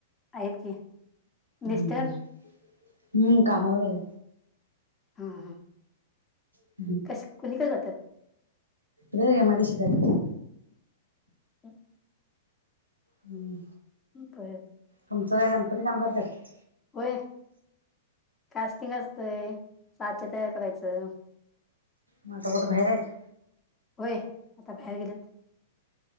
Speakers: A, on the left; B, on the right.
A: आहेत की
B: ह
A: मिस्टर
B: हम्म, कामावरय.
A: अंह
B: हम्.
A: कश्श कोणीकडे जात्यात?
B: नै यमआयडीशीतायत.
A: ह
B: हम्म.
A: कळेल
B: तुमचं काय गणपती काम करत्यात?
A: होय, कास्टिंग असतंय साचा तयार करायचं.
B: म आता कुटं भाहिरेत?
A: व्हय, आता भायेर गेलेत.